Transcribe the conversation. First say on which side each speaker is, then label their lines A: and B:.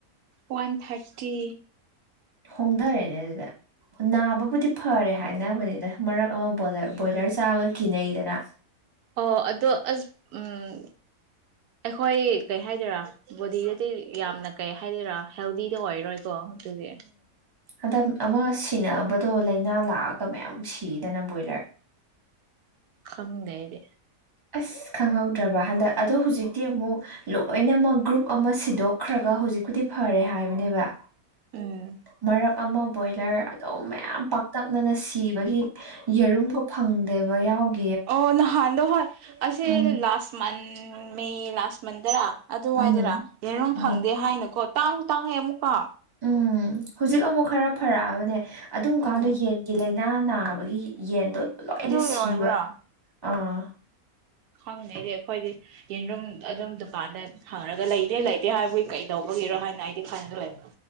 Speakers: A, on the right; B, on the right.
A: ꯋꯥꯟ ꯊꯥꯔꯇꯤ
B: ꯍꯣꯡꯊꯔꯦꯅꯦ ꯑꯗꯨꯗ ꯅꯥꯕꯕꯨꯗꯤ ꯐꯔꯦ ꯍꯥꯏꯅꯕꯅꯤꯗ ꯃꯔꯛ ꯑꯃ ꯕꯣꯂꯔ ꯕꯣꯏꯂꯔ ꯆꯥꯕ ꯀꯤꯅꯩꯗꯅ
A: ꯑꯣ ꯑꯗꯣ ꯑꯁ ꯎꯝ ꯑꯩꯈꯣꯏ ꯀꯩ ꯍꯥꯏꯗꯣꯏꯔꯥ ꯕꯣꯗꯤꯗꯗꯤ ꯌꯥꯝꯅ ꯀꯩ ꯍꯥꯏꯗꯣꯏꯔꯥ ꯍꯦꯜꯗꯤꯗ ꯑꯣꯏꯔꯣꯏ ꯀꯣ ꯑꯗꯨꯒꯤ
B: ꯍꯟꯇꯛ ꯑꯃ ꯁꯤꯟꯅꯅꯕꯗꯣ ꯂꯥꯏꯅꯥ ꯂꯥꯛꯑꯒ ꯃꯌꯥꯝ ꯁꯤꯗꯅ ꯕꯣꯏꯂꯔ
A: ꯈꯡꯗꯦ ꯑꯩꯗꯤ
B: ꯑꯁ ꯈꯪꯍꯧꯗ꯭ꯔꯕ ꯍꯟꯗꯛ ꯑꯗꯣ ꯍꯧꯖꯤꯛꯇꯤ ꯑꯃꯨꯛ ꯂꯣꯏꯅꯃꯛ ꯒ꯭ꯔꯨꯞ ꯑꯃ ꯁꯤꯗꯣꯛꯈ꯭ꯔꯒ ꯍꯧꯖꯤꯛꯄꯨꯗꯤ ꯐꯔꯦ ꯍꯥꯏꯕꯅꯦꯕ
A: ꯎꯝ
B: ꯃꯔꯛ ꯑꯃ ꯕꯣꯏꯂꯔ ꯗꯣ ꯃꯌꯥꯝ ꯄꯥꯛꯇꯛꯅꯅ ꯁꯤ ꯁꯤꯕꯒꯤ ꯌꯦꯔꯨꯝꯒ ꯐꯪꯗꯦꯕ ꯌꯥꯎꯒ
A: ꯑꯣ ꯅꯍꯥꯟꯗꯣ ꯑꯁꯦ
B: ꯎꯝ
A: ꯂꯥꯁ ꯃꯟ ꯃꯦ ꯂꯥꯁ ꯃꯟꯗꯔ ꯑꯗꯨꯋꯥꯏꯗꯔꯥ
B: ꯎꯝ
A: ꯌꯦꯔꯨꯝꯝ
B: ꯎꯝ
A: ꯐꯪꯗꯦ ꯍꯥꯏꯅꯀꯣ ꯇꯥꯡꯁꯨ ꯇꯥꯡꯑꯦ ꯑꯃꯨꯛ ꯑ
B: ꯎꯝ ꯍꯧꯖꯤꯛ ꯑꯃꯨꯛ ꯈꯔ ꯐꯔꯛꯑꯕꯅꯦ ꯑꯗꯨꯝ
A: ꯎꯝ
B: ꯀꯥꯟꯗꯣ ꯌꯦꯟꯒꯤ ꯂꯩꯅ ꯏꯅꯥ ꯅꯥꯕꯒꯤ ꯌꯦꯟ ꯑꯗꯨ ꯂꯣꯏꯅ
A: ꯑꯗꯨꯒꯤ
B: ꯁꯤꯕ
A: ꯑꯣꯏꯕ꯭ꯔꯥ
B: ꯑꯥ
A: ꯈꯪꯗꯦꯗꯤ ꯑꯩꯈꯣꯏꯗꯤ ꯌꯦꯟꯔꯨꯝ ꯑꯗꯨꯝ ꯗꯨꯀꯥꯟꯗ ꯍꯪꯉꯒ ꯂꯩꯇꯦ ꯂꯩꯇꯦ ꯍꯥꯏꯕꯒꯤ ꯀꯩꯗꯧꯕꯒꯤꯔꯣ ꯍꯥꯏꯅ ꯑꯩꯗꯤ ꯈꯪꯖꯜꯂꯦ